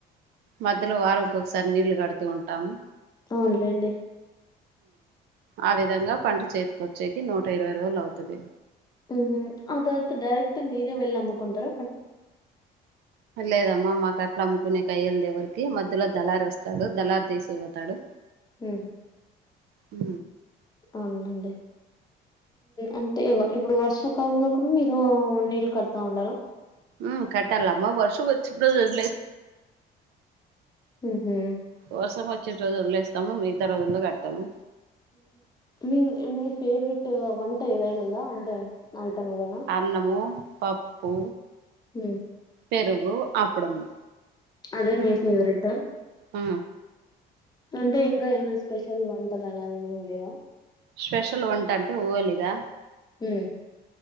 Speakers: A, on the right (about 80°); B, on the left (about 25°).
A: మధ్యలో వారం ఇకొకసారి నీళ్లు కడుతూ ఉంటాము
B: అవునులేండి
A: ఆ విధంగా పంట చేతికొచ్చేకి నూట ఇరవై రోజులు అవుతుది
B: ఉ అదత్ డైరక్ట్ మీరే వెల్ నమ్కుంట్ర
A: లేదమ్మా అమ్మ క అమ్ముకునే కయ్యల్ ద ఎవరికి మధ్యలో దళారి వస్తాడు దళారి తీసి పోతాడు
B: హ
A: హ
B: అవుననండి అంటే ఇప్పుడు వర్షాకాలంలో కూడా మీరు నీళ్ళు కడతా ఉండారుి
A: ఉ కట్టాలమా వర్షం వచ్చకుడలే
B: హ్మ్ హు
A: వర్ష మ వచ్చ రజుజలులే ఇస్తాము మిగతా రోజుల్లో కడతాము
B: మీ మీ ఫేవరెట్ వంట ఏదైనా ఉందా అంటే ఐటమ్ ఏదైనా
A: అరణము పప్పు
B: హ
A: పెరుగు అప్పుడుము
B: అదే మీ ఫేవరెట్
A: ఆ
B: అంటే ఇంకా ఎన్న స్పెషల్ వంటల ఎలాయమ ఇవ
A: స్పెషల్ వంట అంటే ఊలిగా
B: హ